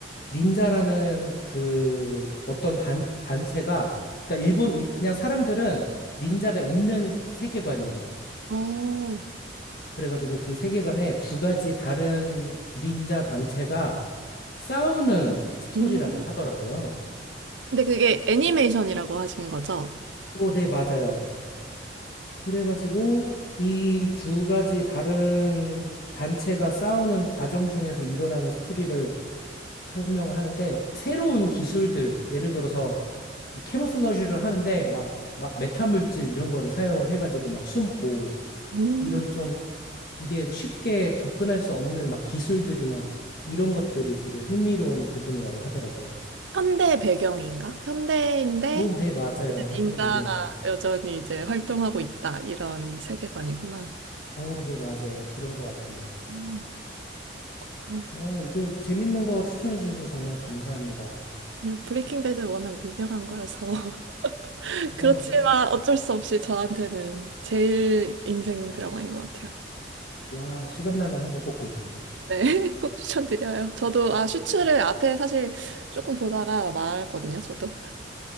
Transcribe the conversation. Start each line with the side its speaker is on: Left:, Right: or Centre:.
Left: 닌자라는 그 어떤 단, 단체가, 그러니까 일본, 일- 그냥 사람들은 닌자가 있는 세계관이에요.
Right: 어.
Left: 그래가지고 그 세계관에 두 가지 다른 닌자 단체가 싸우는 스토리라고
Right: 음,
Left: 하더라고요.
Right: 근데 그게 애니메이션이라고 하신 거죠?
Left: 오, 네, 맞아요. 그래가지고 이 두 가지 다른 단체가 싸우는 과정 중에서 일어나는 스토리를 설명을 하는데, 새로운 기술들, 예를 들어서 이 캐모플러지를 하는데 막, 막 메타물질 이런 거를 사용을 해가지고 막 숨고
Right: 음.
Left: 이런 좀 이게 쉽게 접근할 수 없는 막 기술들이나 이런 것들이 되게 흥미로운 부분이라고 하더라고요.
Right: 현대 배경인가? 현대인데
Left: 오, 네, 맞아요.
Right: 이제
Left: 현대
Right: 닌자가
Left: 배경이.
Right: 여전히 이제 활동하고 있다 이런 세계관이구나.
Left: 오, 네, 맞아요. 그런 것 같아요.
Right: 음. 아,
Left: 어, 이거 재밌는 거 추천해 주셔서 정말 감사합니다.
Right: 그냥 브레이킹 배드 워낙 유명한 거여서 <laughs>
Left: 어,
Right: 그렇지만
Left: 네.
Right: 어쩔 수 없이 저한테는 제일 인생 드라마인 것 같아요.
Left: 와, 시간 나면 한번 꼭 볼게요.
Right: 네, <laughs> 꼭 추천드려요. 저도 아 슈츠를 앞에 사실 조금 보다가 말았거든요, 저도.